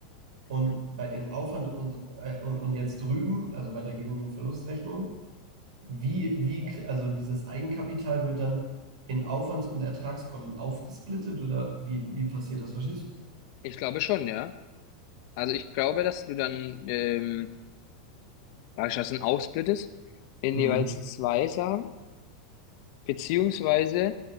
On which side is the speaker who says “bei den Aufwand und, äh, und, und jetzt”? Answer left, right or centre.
Right